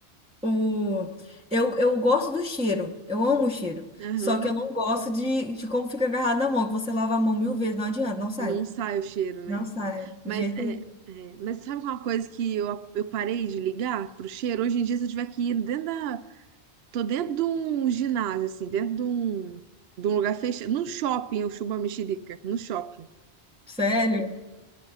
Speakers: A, in the centre; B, on the right.
A: O... Eu, eu gosto do cheiro, eu amo o cheiro.
B: Aham,
A: Só que eu não gosto de, de como fica agarrado na mão, que você lava a mão mil vezes, não adianta, não sai.
B: Não sai o cheiro, né?
A: Não sai,
B: Mas
A: de jeito
B: é,
A: nenhum.
B: é, mas sabe uma coisa que eu, eu parei de ligar pro cheiro? Hoje em dia, se eu tiver que ir dentro da. Tô dentro de um ginásio, assim, dentro de um, de um lugar fechado. Num shopping, eu chupo a mexerica. No shopping.
A: Sério?